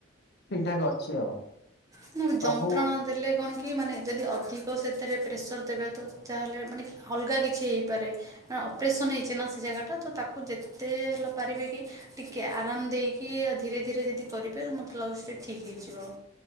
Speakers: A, on the left; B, on the right.
A: ଠିକଠାକ୍ ଅଛି ଆଉ।
B: ହୁଁ
A: ସବୁ
B: ଯନ୍ତ୍ରଣା ଦେଲେ କଣ କି କି ମାନେ ଯଦି ଅଧିକ ସେଥିରେ ପ୍ରେସର ଦେବେ ତ ଯାହେଲେ ମାନେ ଅଲଗା କିଛି ହେଇପାରେ। ନାଁ ଅପରେସନ ହେଇଚି ନା ସେ ଜାଗାଟା ତ ତାକୁ ଯେତେ ହେଲା ପାରିବେ କି ଟିକେ ଆରାମ ଦେଇକି ଧୀରେ ଧୀରେ ଯଦି କରିବେ ମୋତେ ଲାଗୁ ସେଟା ଠିକ୍ ହେଇଯିବ।